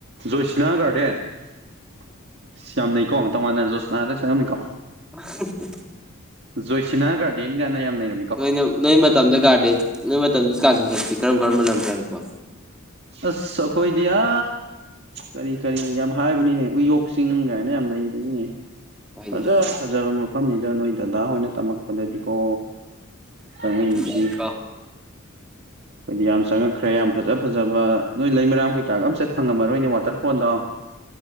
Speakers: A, on the right (about 50°); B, in the centre.
A: ꯖꯣꯏꯁꯅꯥ ꯒꯥꯔꯗꯦꯟ ꯏꯁ ꯌꯥꯝꯅꯩꯀꯣ ꯃꯇꯧ ꯃꯥꯟꯗꯅ ꯖꯣꯏꯁꯅꯥꯗ ꯆꯪꯉꯝꯃꯤꯀꯣ
B: <inaudible>
A: ꯖꯣꯏꯁꯥꯅꯥ ꯒꯥꯔꯗꯦꯟꯒꯥꯏꯅꯥ ꯌꯥꯝꯅ ꯅꯩꯔꯝꯃꯦ
B: ꯅꯣꯏꯅ ꯅꯣꯏ ꯃꯇꯝꯗ ꯒꯥꯔꯗꯦꯟ ꯅꯣꯏ ꯃꯇꯝꯗ ꯑꯦꯁꯀ꯭ꯔꯁꯟ ꯆꯠꯄꯗꯤ ꯀꯔꯝ ꯀꯔꯝꯕ ꯂꯝ ꯆꯪꯉꯛꯄ
A: ꯑꯁ ꯑꯩꯈꯣꯏꯗꯤ ꯑ ꯀꯔꯤ ꯀꯔꯤ ꯌꯥꯝ ꯍꯥꯏꯕꯅꯤꯅꯦ ꯎꯏꯌꯣꯛ ꯆꯤꯡ ꯀꯥꯏꯅ ꯌꯥꯝ ꯂꯩꯕꯅꯤꯅꯦ
B: ꯍꯣꯏꯅꯦ
A: ꯐꯖ ꯐꯖꯕ ꯃꯐꯝꯅꯤꯗ ꯅꯣꯏ ꯗꯥꯗꯥ ꯍꯣꯏꯅ ꯇꯝꯃꯛꯄꯗꯗꯤꯀꯣ ꯆꯪꯉꯛꯏꯕꯁꯤ
B: ꯌꯥꯏꯀꯣ
A: ꯑꯩꯈꯣꯏꯗꯤ ꯌꯥꯝ ꯆꯪꯉꯛꯈ꯭ꯔꯦ ꯌꯥꯝ ꯐꯖ ꯐꯖꯕ ꯅꯣꯏ ꯂꯩꯃꯔꯥꯝ ꯀꯩꯀꯥꯒ ꯑꯝ ꯆꯠ ꯐꯪꯉꯝꯃꯔꯣꯏꯅꯦ ꯋꯥꯇꯔꯐꯣꯟꯗꯣ <inaudible>